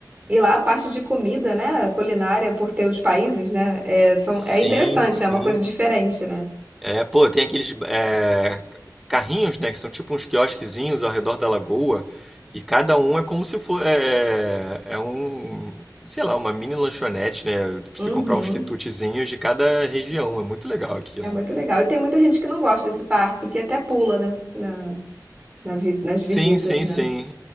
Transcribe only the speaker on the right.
e lá a parte de comida, né, culinária, por ter os países, né, é, são,
é interessante,
é uma coisa diferente, né?
Uhum.
É muito legal. E tem muita gente que não gosta desse parque, que até pula, né? Na, na vi- nas
visitas,
né?